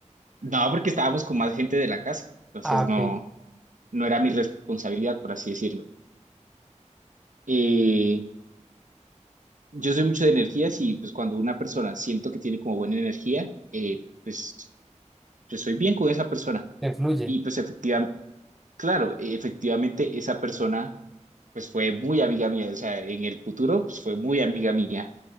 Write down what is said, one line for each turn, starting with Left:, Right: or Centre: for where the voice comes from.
Right: no, porque estábamos con más gente de la casa, entonces
Centre: Ah, ok.
Right: no, no era mi responsabilidad, por así decirlo. Eh, yo soy mucho de energías y pues cuando una persona siento que tiene como buena energía, eh, pues, pues soy bien con esa persona.
Centre: Te fluye.
Right: Y pues efectivamente, claro, eh, efectivamente esa persona pues fue muy amiga mía, o sea, en el futuro pues fue muy amiga mía.